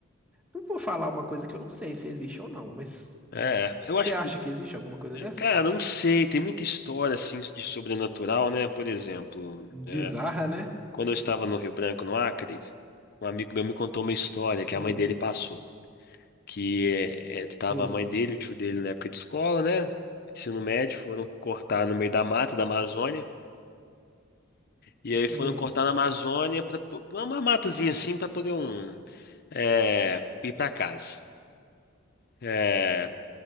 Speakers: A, in the centre; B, on the left (about 45°).
A: Não vou falar uma coisa que eu não sei se existe ou não, mas
B: é,
A: você
B: eu acho
A: acha
B: que,
A: que existe alguma coisa dessas?
B: cara, eu não sei, tem muita história assim de sobrenatural, né? Por exemplo.
A: Bizarra,
B: é,
A: né?
B: Quando eu estava no Rio Branco, no Acre, um amigo meu me contou uma história que
A: Hum,
B: a mãe dele passou. Que é, é, tava
A: hum,
B: a mãe dele, e o tio dele na época de escola, né? Ensino médio, foram cortar no meio da mata da Amazônia. E aí foram
A: hum.
B: cortar na Amazônia, pra, po- uma matazinha assim, para poder um, é, ir para casa. É,